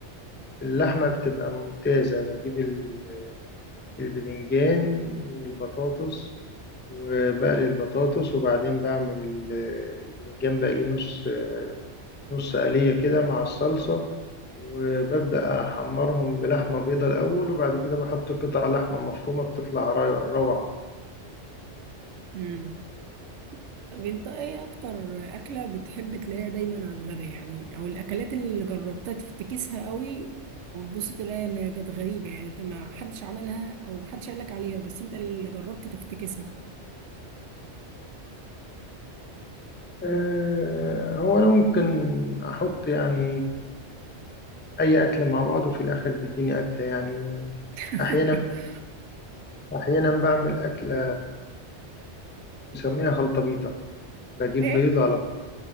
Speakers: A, on the left; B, on the right.
A: باللحمه بتبقى ممتازه بجيب ال- البدنجان والبطاطس وبقلي البطاطس وبعدين بعمل ال- البدنجان بقليه نص نص قليه كده مع الصلصه وببدأ أحمرهم بلحمة بيضة الأول وبعد كده بحط قطع لحمة مفرومة بتطلع روعة
B: امم طب انت ايه اكتر اكلة بتحب تلاقيها دايما على الغدا يعني او الاكلات اللي جربتها تفتكسها قوي وتبص تلاقي ان كانت غريبة يعني انت ما حدش عملها او حدش قالك عليها بس انت اللي جربت تفتكسها
A: آه، هو أنا ممكن أحط يعني اي اكل مع بعض وفي الاخر بيديني اكل يعني
B: <laughs>
A: احيانا احيانا بعمل اكله مسميها خلطبيطه بجيب
B: ايه
A: بيض على